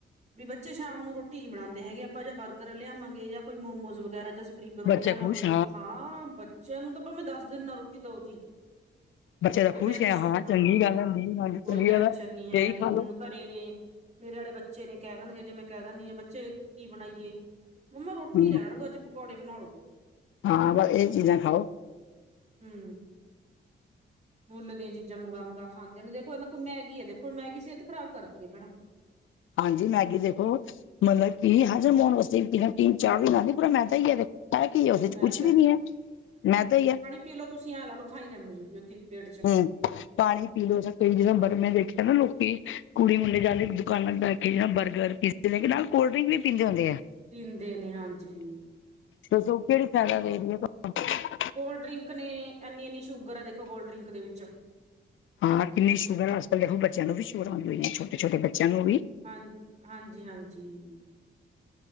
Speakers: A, on the right (about 35°); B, on the left (about 85°).
A: ਵੀ ਬੱਚੇ ਸ਼ਾਮ ਨੂੰ ਰੋਟੀ ਹੀ ਬਣਾਉਂਦੇ ਹੈਗੇ, ਆਪਾਂ ਜਾਂ ਬਰਗਰ ਲਿਆਵਾਂਗੇ ਜਾਂ ਕੋਈ ਮੋਮੋਸ ਵਗੈਰਾ ਜਾਂ ਸਪਰਿੰਗ ਰੋਲ
B: ਬੱਚੇ
A: ਲਿਆਵਾਂਗੇ।
B: ਖੁਸ਼
A: ਹਾਂ, ਬੱਚਿਆਂ ਨੂੰ ਤਾਂ ਭਾਵੇਂ ਦਸ ਦਿਨ ਨਾਂ ਰੋਟੀ ਦਓ ਜੀ।
B: ਬੱਚੇ ਦਾ
A: ਕੋਈ
B: ਖੁਸ਼
A: ਟੈਨਸ਼,
B: ਹੈ ਚੰਗੀ
A: ਹਾਂ,
B: ਗੱਲ ਹੁੰਦੀ ਹਾਂਜੀ
A: ਕੋਈ
B: ਚੰਗੀ
A: ਟੈਸ਼ਨ
B: ਗੱਲ
A: ਨੀਂ ਹੈਗੀ।
B: ਇਹੀ ਖਾ ਲੋ
A: ਹੁਣ ਘਰੇ ਨੇਂ, ਮੇਰੇ ਵਾਲੇ ਬੱਚੇ ਨੇ ਕਹਿ ਦੇਣਗੇ ਜੇ ਮੈਂ ਕਹਿ ਦਿੰਣੀ ਆਂ, ਬੱਚੇ ਕੀ ਬਣਾਈਏ? ਮੰਮਾ ਰੋਟੀ
B: ਹਮ
A: ਰਹਿਣ ਦੋ, ਅਜ ਪਕੌੜੇ ਬਣਾਲੋ।
B: ਹਾਂ, ਬਸ ਇਹ ਚੀਜ਼ਾਂ ਖਾਓ।
A: ਹਂ ਮੁੱਲ ਦੀਆਂ ਚੀਜ਼ਾਂ ਮੰਗਾ, ਮੰਗਾ ਖਾਂਦੇ ਨੇਂ, ਦੇਖੋ ਨਾਂ ਕੋਈ ਮੈਗੀ ਐ, ਦੇਖੋ! ਮੈਗੀ ਸਿਹਤ ਖ਼ਰਾਬ ਕਰਦੀ ਐ। ਹੈਨਾਂ?
B: ਹਾਂਜੀ, ਮੈਗੀ ਦੇਖੋ ਮਤਲਬ ਕੀ ਹਾਜ਼ਰ ਮੋਨ ਵਾਸਨ ਚਾਰ <inaudible> ਪੂਰਾ ਮੈਦਾ ਈ ਏਤੇ। ਹੈ ਕੀ ਹੈ ਉਹਦੇ ਚ
A: ਮੈਂ
B: ਕੁਛ ਵੀ ਨੀਂ ਐ ਮੈਦਾ ਈ ਐ।
A: ਪੀਲ ਤੁਸੀਂ ਲਾ ਲੋ ਥਾਈ ਜੰਮ ਜੂਗੀ ਉ ਪੇਟ ਚ।
B: <unintelligible> ਪਾਣੀ ਪੀ ਲਓ, ਜਿੱਦਾਂ ਬਰ ਮੈਂ ਦੇਖਿਆ ਨਾਂ ਲੋਕੀ ਕੁੜੀ ਮੁੰਡੇ ਜਾਂਦੇ ਦੁਕਾਨਾਂ ਜ ਬਰਗਰ ਪੀਜ਼ ਜਿਲ੍ਹ ਕਿ ਨਾਲ ਕੋਲਡ ਡਰਿੰਕ ਵੀ ਪੀਂਦੇ ਹੁੰਦੇ ਆ।
A: ਪੀਂਦੇ ਨੇ ਹਾਂਜੀ।
B: ਦੱਸੋ ਕਿਹੜੀ ਫਾਇਦਾ ਦੇਦੀਆਂ। <unintelligible>
A: ਕੋਲਡ ਡਰਿੰਕ ਨੇਂ, ਇੰਨੀ-ਇੰਨੀ ਸ਼ੂਗਰ ਆ ਦੇਖੋ ਕੋਲਡ ਡਰਿੰਕ ਦੇ ਵਿੱਚ
B: ਹਾਂ ਕਿੰਨੀ ਸ਼ੂਗਰ ਅਜ-ਕਲ ਦੇਖੋ, ਬੱਚਿਆਂ ਨੂੰ ਵੀ ਸ਼ੂਗਰ ਆਂਦੀ ਐ। ਛੋਟੇ ਛੋਟੇ-ਬੱਚਿਆਂ ਨੂੰ ਵੀ
A: ਹਾਂ ਹਾਂਜੀ, ਹਾਂਜੀ।